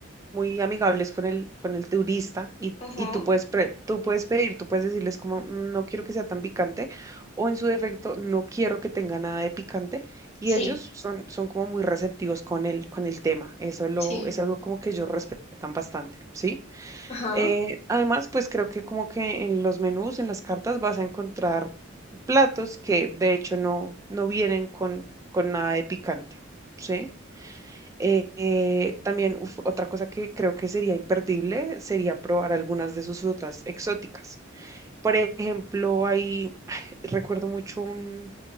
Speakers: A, on the right; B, on the left.
A: muy amigables con el, con el turista y,
B: Ujú,
A: y tú puedes, pre- tú puedes pedir, tú puedes decirles como, "Mm, no quiero que sea tan picante o en su defecto, no quiero que tenga nada de picante y
B: Sí,
A: ellos son, son como muy receptivos con el, con el tema. Eso lo,
B: sí,
A: es algo como que ellos respetan bastante, ¿sí?
B: ajá,
A: Eh, además, pues creo que como que en los menús, en las cartas, vas a encontrar platos que de hecho no, no vienen con, con nada de picante, ¿sí? Eh, eh, también uf, otra cosa que creo que sería imperdible sería probar algunas de sus frutas exóticas. Por ejemplo, hay, <sighs> recuerdo mucho un,